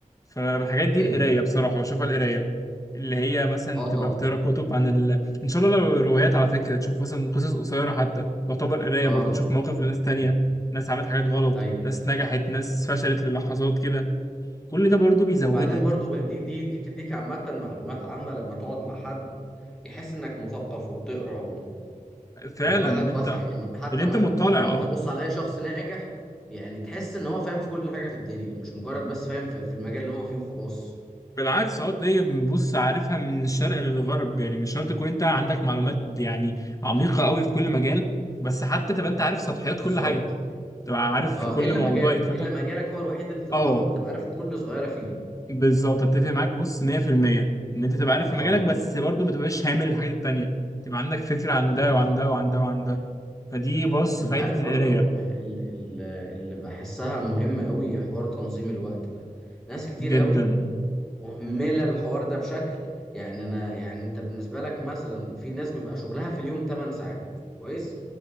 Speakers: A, on the left; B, in the centre.
A: فمن الحاجات دي
B: أيوه
A: القراية بصراحة بشوفها القراية اللي هي مثلا
B: أه طبعا
A: تبقى بتقرا كتب عن ال... إن شاء الله لو روايات على فكرة تشوف مثلا قصص قصيرة حتى تعتبر قراية
B: أه
A: برضو تشوف مواقف لناس تانية ناس عملت حاجات غلط
B: أيوه
A: ناس نجحت ناس فشلت للحظات كده كل ده برضو بيزودك
B: وبعدين برضو ب- دي دي دي بتديك عامة معلومات عامة لما تقعد مع حد يحس إنك مثقف وبتقرأ
A: فعلا
B: ودماغك
A: ان انت
B: واسعه يعني ما- حتى
A: ان انت
B: ما
A: مطلع
B: يعني
A: اه
B: انت بص على اي شخص ناجح يعني تحس ان هو فاهم في كل حاجه في الدنيا مش مجرد بس فاهم في, في المجال اللي هو فيه وخلاص
A: بالعكس اه تلاقي بص عارفها من الشرق للغرب يعني مش شرط تكون انت عندك معلومات يعني عميقه قوي في كل مجال بس حتى تبقى انت عارف سطحيات
B: بالظبط
A: كل حاجه تبقى عارف
B: اه
A: في كل
B: الا
A: موضوع
B: مجالك
A: يتفتح
B: الا مجالك هو الوحيد اللي تتعمق
A: اه
B: تبقى عارف كل صغيره فيه
A: بالظبط اتفق معاك بص 100% ان انت تبقى عارف في
B: اه
A: مجالك بس برضه ما تبقاش هامل الحاجات التانيه تبقى عندك فكره عن
B: ايوه
A: ده وعن ده وعن ده وعن ده فدي بص
B: انت
A: فايده
B: عارف برضو
A: القرايه
B: ال- ال- اللي بحسها مهمه قوي حوار تنظيم الوقت ده ناس كتير
A: جدا
B: قوي مهمله الحوار ده بشكل يعني انا يعني انت بالنسبه لك مثلا في ناس بيبقى شغلها في اليوم 8 ساعات كويس